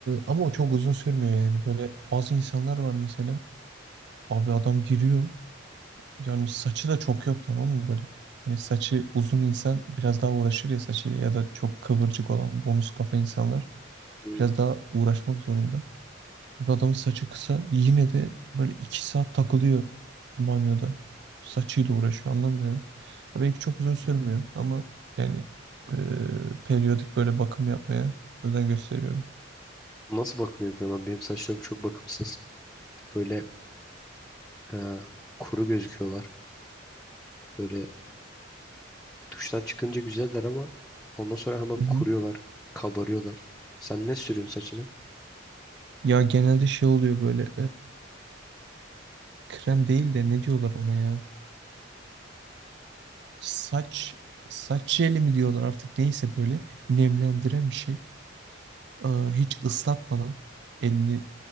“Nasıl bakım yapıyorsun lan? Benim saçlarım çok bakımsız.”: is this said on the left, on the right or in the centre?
Centre